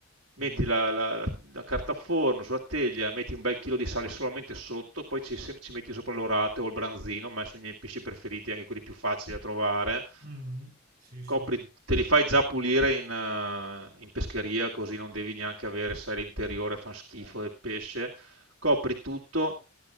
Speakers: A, on the right (about 60°); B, on the right (about 45°).
A: Metti
B: Mm.
A: la, la- la carta forno sulla teglia, metti un bel chilo di sale solamente sotto, poi ci, sem- ci metti sopra l'orate o il branzino, ma sono i miei pesci preferiti, anche quelli più facili da trovare.
B: Mm. Sì, sì,
A: Copri,
B: sì,
A: te li fai già pulire in, eh, in pescheria, così non devi neanche avere, sai, l'interiore fa schifo
B: certo.
A: del pesce copri tutto,